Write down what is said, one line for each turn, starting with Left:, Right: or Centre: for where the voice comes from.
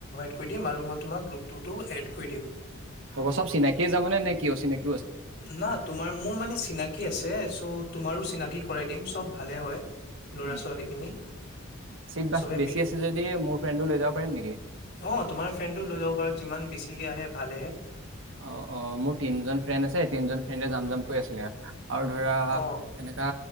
Left: <unintelligible>
Right: অব চব চিনাকিয়ে যাব নে, নে কি অচিনাকি?
Left: না তোমাৰ মোৰ মানে চিনাকি আছে, চ' তোমাৰো চিনাকি কৰাই দিম চব ভালে হয়। লৰা
Right: উম
Left: ছোৱালী খিনি
Right: চিট বাছ
Left: চবে
Right: বেছি
Left: মিলি
Right: আছে
Left: অ
Right: যদি মোৰ ফ্ৰেণ্ডো লৈ যাব পাৰিম নেকি
Left: তোমাৰ ফ্ৰেণ্ডো লৈ যাব পাৰো যিমান বেছিকে আহে ভালেহে।
Right: অ অ মোৰ তিনজন ফ্ৰেণ্ড আছে, তিনজন ফ্ৰেণ্ডে যাম জাম কৈ আছিলে। আৰু ধৰা
Left: অ
Right: এনেকা